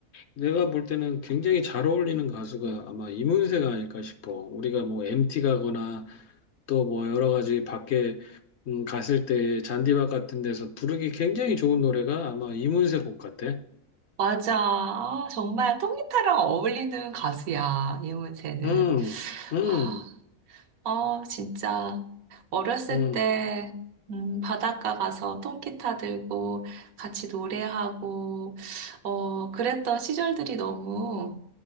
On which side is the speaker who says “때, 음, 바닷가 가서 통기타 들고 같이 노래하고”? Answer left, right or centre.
Right